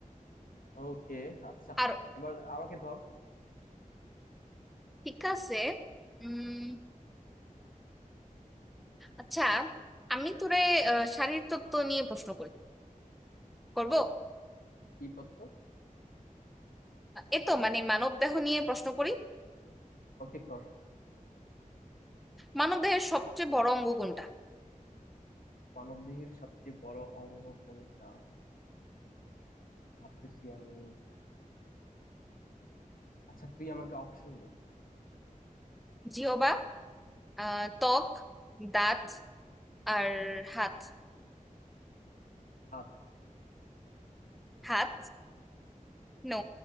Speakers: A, on the left; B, in the centre.
A: ওকে আচ্ছা
B: আর
A: এবার আমাকে ধর
B: ঠিক আছে উম আচ্ছা আমি তোরে আহ, শারীর তত্ত্ব নিয়ে প্রশ্ন করি করব
A: কি তত্ত্ব
B: এ তো মানে মানব দেহ নিয়ে প্রশ্ন করি
A: ওকে কর
B: মানব দেহের সবচেয়ে বড় অঙ্গ কোনটা
A: মানবদেহের সবচেয়ে বড় অঙ্গ কোনটা ভাবতেছি আমি আচ্ছা তুই আমাকে অপশন দে
B: জিহবা আহ, ত্বক দাঁত আর হাত
A: হাত
B: হাত নো